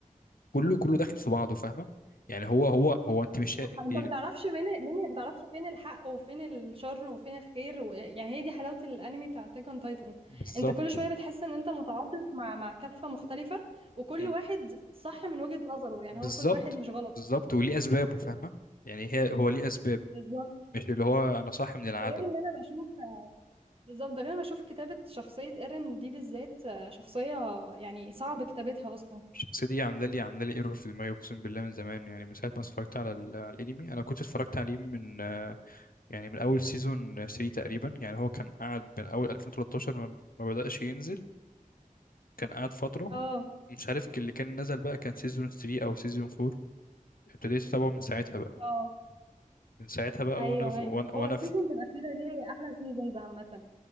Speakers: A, on the left (about 80°); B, on the right (about 40°).
A: كله كله داخل في بعضه فاهمه يعني هو هو هو انت مش
B: صح
A: انت
B: انت ما تعرفش مين مين ما تعرفش فين الحق وفين الشر وفين الخير و... يعني هي دي حلاوة الانمي بتاع اتاك اون تايتن
A: بالظبط
B: انت كل شوية بتحس ان انت متعاطف مع مع كفة مختلفة وكل
A: مم.
B: واحد صح من وجهة نظره يعني
A: بالظبط
B: هو كل واحد مش غلط
A: بالظبط وليه اسبابه فاهمه يعني هي هو ليه اسباب
B: بالظبط
A: مش اللي هو انا صاحي من العدم
B: ده غير ان انا بشوف بالظبط ده غير انا بشوف كتابة شخصية ايرين دي بالذات آه، شخصية يعني صعب كتابتها اصلا
A: الشخصيه دي عامله لي عامله لي ايرور في دماغي اقسم بالله من زمان يعني من ساعه ما اتفرجت على ال- على الانمي انا كنت اتفرجت عليه من آه، يعني من اول سيزون 3 تقريبا يعني هو كان قاعد من اول 2013 ما ما بداش ينزل كان قاعد فتره
B: اه
A: مش عارف اللي كان نزل بقى كان سيزون 3 او سيزون 4 ابتديت اتابعه من ساعتها بقى
B: اه
A: من ساعتها بقى
B: ايوه
A: وانا في
B: ايوه
A: وانا وانا
B: هو السيزونز
A: في
B: الاخيرة دي هي احلى سيزونز عامة